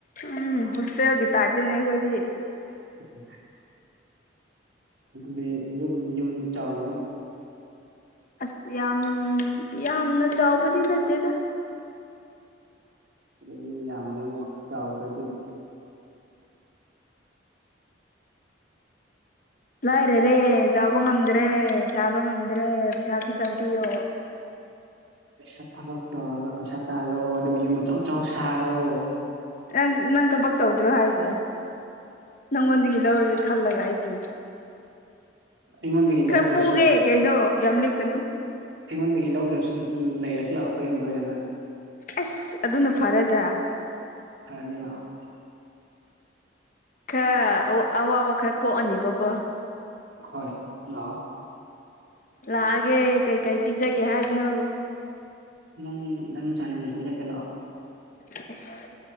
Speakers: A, on the left (about 45°); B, on the right (about 65°).
A: ꯎꯝ ꯍꯣꯁꯇꯦꯜ ꯒꯤ ꯇꯥꯏꯞꯇꯅꯦ ꯑꯩꯈꯣꯏꯗꯤ
B: <inaudible> ꯑꯗꯨꯗꯤ ꯌꯨꯝ ꯌꯨꯝꯗꯤ ꯆꯥꯎꯔꯝꯒꯅꯤ
A: ꯑꯁ ꯌꯥꯝ ꯌꯥꯝ ꯅ ꯆꯥꯎꯕꯗꯤ ꯅꯠꯇꯦꯗ
B: ꯑꯗꯣ ꯃꯤ ꯌꯥꯝꯕꯅꯤꯅ ꯆꯥꯎꯗ꯭ꯔꯗꯤ
A: ꯂꯥꯏꯔꯔꯦ ꯆꯥꯎꯕ ꯉꯝꯗꯔꯦ ꯁꯥꯕ ꯉꯝꯗꯔꯦ ꯄꯩꯁꯥ ꯈꯤꯇꯪ ꯄꯤꯌꯣ
B: ꯄꯩꯁꯥ ꯊꯕꯛ ꯇꯧꯔꯒ ꯄꯩꯁꯥ ꯇꯥꯜꯂꯣ ꯑꯗꯨꯒ ꯌꯨꯝ ꯑꯆꯧ ꯑꯆꯧ ꯁꯥꯔꯣ
A: ꯑꯝ ꯅꯪ ꯀꯕꯛ ꯇꯧꯗ꯭ꯔꯣ ꯍꯥꯏꯁꯦ ꯅꯪꯉꯣꯟꯗꯒꯤ ꯂꯧꯔꯒꯦ ꯈꯜꯂꯒ ꯑꯩꯗꯤ
B: ꯑꯩꯉꯣꯟꯗꯒꯤ
A: ꯈꯔ
B: ꯂꯧꯗ꯭ꯔꯁꯨ
A: ꯄꯨꯒꯦ ꯀꯩꯗꯣ ꯌꯥꯝ ꯂꯤꯛꯀꯅꯨ
B: ꯑꯩꯉꯣꯟꯗꯒꯤ ꯂꯧꯗ꯭ꯔꯁꯨ ꯂꯩꯔꯁꯨ ꯂꯥꯛꯑꯣ ꯈꯣꯏꯌꯨꯝꯗ ꯑꯣꯏꯅ ꯅꯪ
A: ꯑꯁ ꯑꯗꯨꯅ ꯐꯔꯗ꯭ꯔꯥ
B: ꯐꯔꯅꯤ ꯂꯥꯛꯑꯣ
A: ꯈꯔ ꯑꯋ ꯑꯋꯥꯕ ꯈꯔ ꯀꯣꯛꯑꯅꯦꯕꯀꯣ
B: ꯍꯣꯏ ꯂꯥꯛꯑꯣ
A: ꯂꯥꯛꯑꯒꯦ ꯀꯩꯀꯩ ꯄꯤꯖꯒꯦ ꯍꯥꯏꯕꯅꯣ
B: ꯅꯪ ꯅꯪ ꯆꯥꯅꯤꯡꯕ ꯄꯤꯖꯒꯦ ꯂꯥꯛꯑꯣ
A: ꯑꯁ